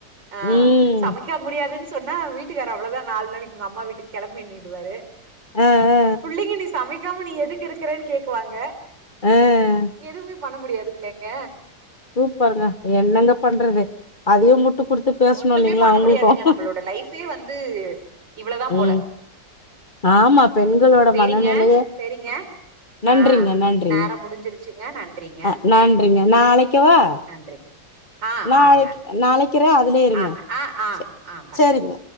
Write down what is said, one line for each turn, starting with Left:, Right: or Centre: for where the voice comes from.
Right: ஆஹ்
Left: ம்.
Right: சமைக்க முடியாது சொன்னா வீட்டுக்காரு அவ்ளோதான் நாலு நாளைக்கு உங்க அம்மா வீட்டுக்கு கிளம்பு எண்ணிடுவாரு
Left: அ, அ,
Right: பிள்ளைங்க நீ சமைக்காம நீ எதுக்கு இருக்கிறன்னு கேக்குவாங்க
Left: ஆஹ்
Right: எதுவுமே பண்ண முடியாது இல்லங்க
Left: சூப்பருங்க என்னங்க பண்றது அதையும் முட்டும் குடுத்து பேசணும்ல்லைங்களா
Right: ஒண்ணுமே பண்ண
Left: அவுங்களுக்கும்
Right: முடியாதுங்க நம்மளோட லைஃபே வந்து இவ்ளோதா
Left: உம்
Right: போல
Left: ஆமா பெண்களோட
Right: சேரிங்க
Left: மனநிலையே
Right: சேரிங்க
Left: நன்றிங்க
Right: ஆ
Left: நன்றிங்க
Right: நேரம் முடிஞ்சிருச்சுங்க நன்றிங்க
Left: ஆஹ் நன்றிங்க நா வைக்க வா
Right: நன்றிங்க ஆ
Left: நாளைக்கு
Right: ஆங்க
Left: நாளைக்குறேன் அதுலயே இருங்க
Right: ஆங்க ஆ ஆ
Left: சேரி
Right: ஆ பண்ணுங்க
Left: சேரிங்க